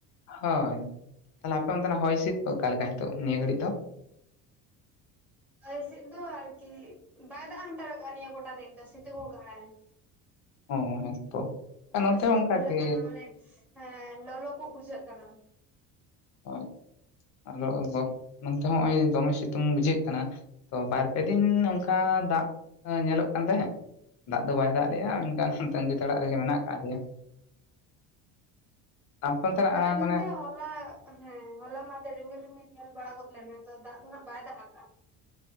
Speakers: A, on the left (about 50°); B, in the centre.
A: ᱦᱚᱭ ᱛᱟᱦᱚᱞᱮ ᱟᱯᱮ ᱚᱱᱛᱮᱱᱟᱜ ᱦᱚᱭ ᱦᱤᱸᱥᱤᱫ ᱠᱚ ᱚᱠᱟ ᱞᱮᱠᱟ ᱱᱤᱛᱚᱜ ᱱᱤᱭᱟᱹ ᱜᱷᱟᱹᱲᱤᱡ ᱫᱚ?
B: ᱟᱞᱮ ᱥᱮᱫ ᱫᱚ ᱟᱨᱠᱤ ᱵᱟᱭ ᱫᱟᱜ ᱦᱟᱛᱟᱲ ᱠᱟᱜᱼᱟᱭ ᱱᱤᱭᱟᱹ ᱜᱚᱴᱟ ᱫᱤᱱ ᱫᱚ ᱥᱤᱛᱩᱝ ᱠᱟᱜ-ᱟᱭ᱾
A: ᱚ ᱦᱮᱸᱛᱚ ᱟᱨ
B: ᱫᱚᱢᱮ
A: ᱱᱚᱱᱛᱮ
B: ᱥᱤᱛᱩᱝ
A: ᱦᱚᱸ ᱚᱱᱠᱟ
B: ᱵᱩᱡᱷᱟᱹᱜ
A: ᱜᱮ
B: ᱠᱟᱱᱟ ᱢᱟᱱᱮ ᱦᱮᱸ ᱞᱚᱞᱚ ᱠᱚᱜ ᱵᱩᱡᱷᱟᱹᱜ ᱠᱟᱱᱟ᱾
A: ᱦᱚᱭ ᱟᱫᱚ ᱱᱚᱱᱛᱮ ᱦᱚᱸᱜ-ᱚᱭ ᱫᱚᱢᱮ ᱥᱤᱛᱩᱝ ᱵᱩᱡᱷᱟᱹᱜ ᱠᱟᱱᱟ᱾ ᱛᱚ ᱵᱟᱨ ᱯᱮ ᱫᱤᱱ ᱱᱚᱝᱠᱟ ᱫᱟᱜ ᱟᱸ ᱧᱮᱞᱚᱜ ᱠᱟᱱ ᱛᱟᱦᱮᱸᱫ᱾ ᱫᱟᱜ ᱫᱚ ᱵᱟᱭ ᱫᱟᱜ ᱞᱮᱜᱼᱟ ᱮᱱᱠᱷᱟᱱ ᱛᱟᱺᱜᱤ ᱛᱟᱲᱟᱜ ᱨᱮᱜᱮ ᱢᱮᱱᱟᱜ ᱠᱟᱜ ᱞᱮᱭᱟ᱾ ᱟᱯᱮ ᱚᱱᱛᱮᱱᱟᱜ
B: ᱟᱞᱮ ᱱᱚᱱᱛᱮ
A: ᱢᱟᱱᱮ
B: ᱦᱚᱸ ᱦᱚᱞᱟ ᱦᱮᱸ ᱦᱚᱞᱟ ᱢᱟᱸᱫᱮᱨ ᱨᱤᱢᱤᱞ ᱨᱤᱢᱤᱞ ᱧᱮᱞ ᱵᱟᱲᱟ ᱜᱚᱫ ᱞᱮᱱᱟ ᱛᱚ ᱫᱟᱜ ᱫᱚ ᱦᱟᱸᱜ ᱵᱟᱭ ᱫᱟᱜ ᱟᱠᱟᱜᱼᱟ᱾